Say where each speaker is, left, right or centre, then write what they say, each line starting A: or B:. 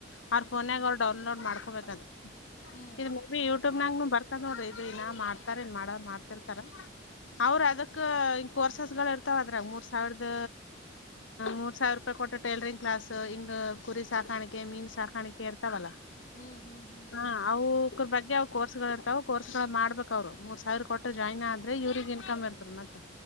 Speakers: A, on the left; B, on the left.
A: ಹ್ಮ್
B: ಅವ್ರ ಫೋನ್ಗ ಅವ್ ಡೌನ್ಲೋಡ್ ಮಾಡ್ ಅ
A: ಹ್ಮ್
B: ಇದು ಮೇ ಬಿ ಯೂಟ್ಯೂಬ್ ನಾಗ ಬರ್ತ ನೋಡ್ರಿ ಇದು ಇನ್ನ ಮಾಡ್ತಾರ ಇ ಮಾಡ ಮಾಡ್ತಿರ್ತಾರ ಅವ್ರ ಅದಕ್ ಹಂಗ ಕೋರ್ಸಸ್ ಗಳು ಇರ್ತಾವ ಅದ್ರ ಮೂರ್ ಸಾವಿರದ ಮೂರ್ ಸಾವಿರ ರೂಪಾಯಿ ಕೊಟ್ಟ ಟೇಲರಿಂಗ್ ಕ್ಲಾಸ್ ಹಿಂಗ್ ಕುರಿ ಸಾಕಾಣಿಕೆ ಮೀನ್ ಸಾಕಾಣಿಕೆ ಇರ್ತಾವಲ್ಲಾ
A: ಹ್ಮ್ ಹ್ಮ್ ಹ್ಮ್ ಹ್ಮ್.
B: ಹ
A: ಹ್ಮ್
B: ಅವವುಕ್ರ ಬಗ್ಗೆ ಅವವು ಕೋರ್ಸ್ಗಳು ಇರ್ತಾವ ಕೋರ್ಸ್ ಗಳು ಮಾಡ್ಬೇಕ ಅವ್ರು ಮೂರ್ ಸಾವಿರ ಕೊಟ್ಟು ಜಾಯಿನ್ ಆದ್ರೆ ಇವ್ರಿಗೆ ಇನ್ಕಮ್ ಇರ್ತ ಮತ್ತ